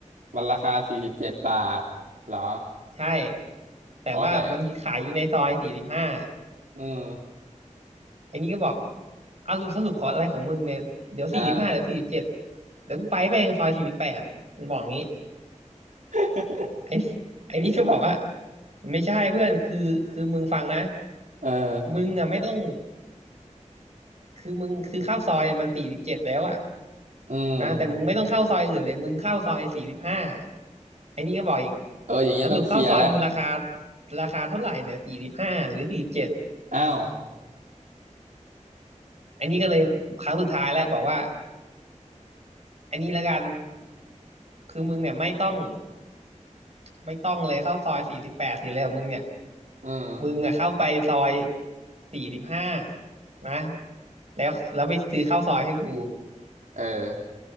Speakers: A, on the right (about 80°); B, on the right (about 55°).
A: มันราคาสี่สิบเจ็ดบาทเหรอ
B: ใช่แต่ว่ามันขายอยู่ในซอยสี่สิบห้า
A: อ๋อแต่ อืม
B: ไอ้นี่ก็บอกเอาสรุปสรุปขออะไรของมึงเนี่ยเดี๋ยวสี่สิบห้าเดี๋ยวสี่สิบเจ็ด
A: อ่า
B: เดี๋ยวกูไปแม่งซอยสี่สิบแปดมันบอกงี้
A: <laughs>
B: ไอ้นี่ไอ้นี่ก็บอกว่าไม่ใช่เพื่อนคือคือมึงฟังนะ
A: เออ
B: มึงอ่ะไม่ต้องคือมึงคือเข้าซอยมันสี่สิบเจ็ดแล้วอ่ะ
A: อืม
B: นะแต่มึงไม่ต้องเข้าซอยอื่นเลยมึงเข้าซอยสี่สิบห้าไอ้นี่ก็บอกอีก
A: เอออย่างเงี้ยต้องเคลียร์แล้ว
B: สรุปเข้าซอยมึงราคาราคาเท่าไหร่เนี่ยสี่สิบห้าหรือสี่สิบเจ็ด
A: อ้าว
B: อันนี้ก็เลยครั้งสุดท้ายแล้วบอกว่า อันนี้ละกันคือมึงเนี่ยไม่ต้องไม่ต้องเลยเข้าซอยสี่สิบแปดสิเลยของมึงเนี่ย
A: อืม
B: มึงอะเข้าไปซอยสี่สิบห้านะแล้วแล้วไปซื้อข้าวซอยให้กู
A: เออ